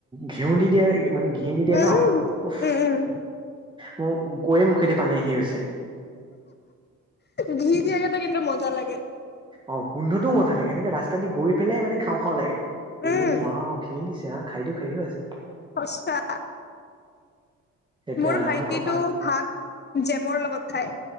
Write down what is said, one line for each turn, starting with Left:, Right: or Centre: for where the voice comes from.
Right: ঘিউ দি দিয়ে। মানে ঘিউ দি দিয়ে
Left: উম
Right: ন উফ
Left: উম উম
Right: মোক গৈয়ে মুখেদি পানী আহি গৈছে।
Left: ঘি দিয়াকেটা কিন্তু মজা লাগে।
Right: অ গোধটোও মজা লাগে সেকে ৰাস্তা দি গৈ পেলাই মে খাওঁ খাওঁ লাগে। অ
Left: উম
Right: ৱাও ঘি দিছে আহ খাই দিও খাই দিও আজ-
Left: সঁচা
Right: সেইটোৱে
Left: মোৰ
Right: আৰু
Left: ভাইটিতো
Right: আমাৰ কপাল
Left: ভাত জেমৰ লগত খায়।